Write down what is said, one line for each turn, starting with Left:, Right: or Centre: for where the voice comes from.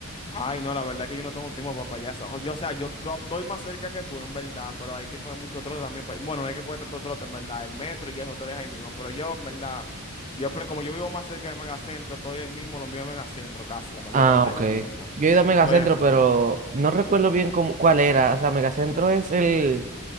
Left: Ay, no, la verdad es que yo no tengo tiempo para payasa. O, yo, o sea, yo, yo estoy más cerca que tú, en verdad, pero hay que coger mucho trote también. pa- Bueno, no hay que coger tanto trote, en verdad. El metro y eso te deja ahí mismo. Pero yo, en verdad, yo, pero como yo vivo más cerca del megacentro, estoy ahí mismo, lo mío es megacentro casi, la mayor
Right: Ah,
Left: parte
Right: ok.
Left: del tiempo.
Right: Yo he ido a Megacentro,
Left: Estoy ahí mismo.
Right: pero no recuerdo bien cómo, cuál era. O sea, Megacentro es el,